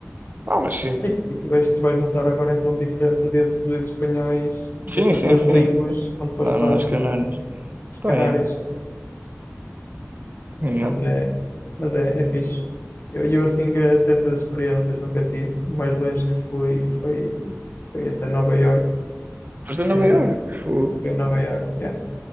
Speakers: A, on the right; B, on the left.
A: Ah, mas sim.
B: E, tu, e tu vais, tu vais notar agora então a diferença desses dois espanhóis, dessas
A: Sim, sim,
B: duas
A: sim.
B: línguas, quando fores
A: Lá
B: para
A: nas
B: hum,
A: Canárias.
B: as
A: Pá,
B: Canárias.
A: é. É.
B: É, mas é, mas é, é fixe. Eu, eu assim grato essas experiências, nunca tive. O mais longe que fui foi, foi até Nova York.
A: Foste a
B: É,
A: Nova Iorque. Fogo.
B: foi a Nova York, yeah.